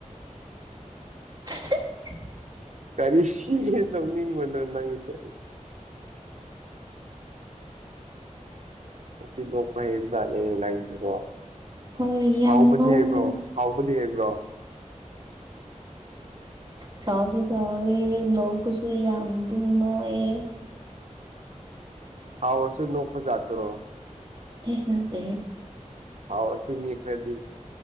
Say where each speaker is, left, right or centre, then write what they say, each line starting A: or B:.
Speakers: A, on the right; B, on the right.
A: <unintelligible>
B: ꯀꯔꯤꯁꯤ ꯇꯧꯅꯤꯡ ꯃꯗ ꯅꯪꯁꯦ ꯤ ꯂ ꯀꯍꯤꯅꯤ <unintelligible>
A: ꯍꯣꯏ
B: ꯁꯥꯎꯕꯗꯤ
A: ꯌꯥꯝ ꯅꯣꯛꯂꯤ
B: ꯍꯩꯕ꯭ꯔꯣ ꯁꯥꯎꯕꯗꯤ ꯍꯩꯕ꯭ꯔꯣ
A: ꯁꯥꯎꯁꯨ ꯍꯥꯎꯏ ꯅꫭꯛꯁꯨ ꯀꯨꯁꯨ ꯌꯥꯝ ꯑꯗꯨꯝ ꯅꯣꯛꯑꯦ
B: ꯁꯥꯎꯔꯁꯨ ꯅꯣꯛꯄꯖꯥꯠꯇꯨꯔꫭ
A: ꯇ‌ꯦ ꯅꯠꯇ‌ꯦꯍ‌ꯦ
B: ꯁꯥꯎꯔꯁꯨ ꯃꯤ ꯈꯔꯗꯤ